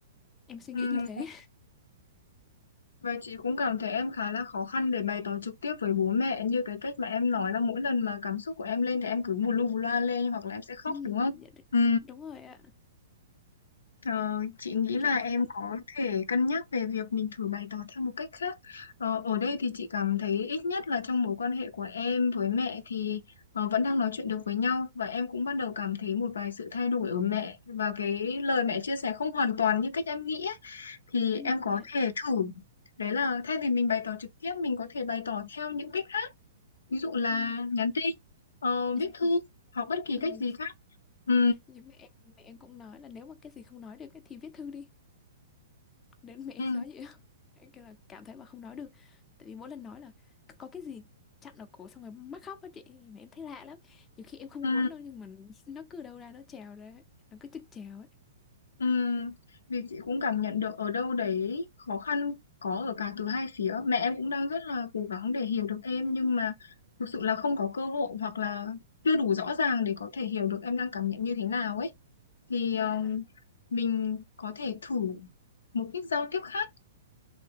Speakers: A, on the left; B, on the left.
A: Em suy
B: ừ.
A: nghĩ như thế.
B: Và chị cũng cảm thấy em khá là khó khăn để bày tỏ trực tiếp với bố mẹ như cái cách mà em nói là mỗi lần mà cảm xúc của em lên thì em cứ bù lu bù loa lên hoặc là em sẽ khóc
A: Ừ,
B: đúng không?
A: dạ, đ-
B: Ừ.
A: đúng rồi ạ,
B: Ờ, chị nghĩ là
A: kiểu
B: em
A: như vậy.
B: có thể cân nhắc về việc mình thử bày tỏ theo một cách khác. Ờ, ở đây thì chị cảm thấy ít nhất là trong mối quan hệ của em với mẹ thì ờ, vẫn đang nói chuyện được với nhau và em cũng bắt đầu cảm thấy một vài sự thay đổi ở mẹ và cái lời mẹ chia sẻ không hoàn toàn như cách em nghĩ ấy, thì
A: Ừ,
B: em có
A: dạ.
B: thể thử. Đấy là thay vì mình bày tỏ trực tiếp mình có thể bày tỏ theo những cách khác. Ví dụ là
A: Ừ.
B: nhắn tin, ờ,
A: <laughs>
B: viết thư hoặc bất kỳ
A: Ừ,
B: cách gì
A: đúng.
B: khác. Ừ.
A: Nhưng mẹ em, mẹ em cũng nói là nếu mà cái gì không nói được ấy thì viết thư đi. đến mẹ em
B: Ừ.
A: nói vậy á <laughs> cái là cảm thấy mà không nói được tại vì mỗi lần nói là có cái gì chặn ở cổ xong rồi mắc khóc á chị mà em thấy lạ lắm nhiều khi em không
B: Ừ.
A: muốn đâu nhưng mà nó cứ đâu ra nó trèo ra ấy. nó cứ trực trèo ấy
B: Ừm, vì chị cũng cảm nhận được ở đâu đấy khó khăn có ở cả từ hai phía. Mẹ em cũng đang rất là cố gắng để hiểu được em
A: Ừ,
B: nhưng mà thực sự là không có cơ hội hoặc là chưa đủ rõ ràng để có thể hiểu được em đang cảm nhận như thế nào ấy. Thì
A: dạ.
B: ừm, mình có thể thử một ít giao tiếp khác